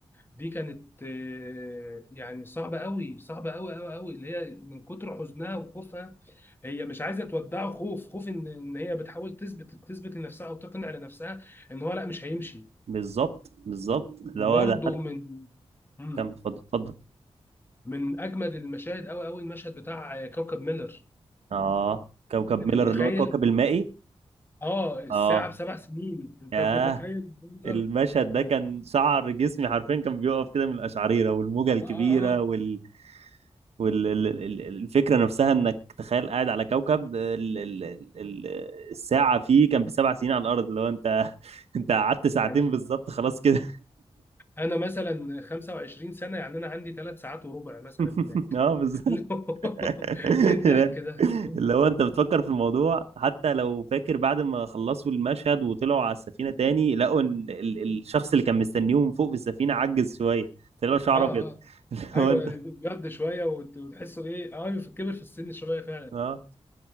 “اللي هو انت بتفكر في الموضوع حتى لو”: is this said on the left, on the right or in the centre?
Right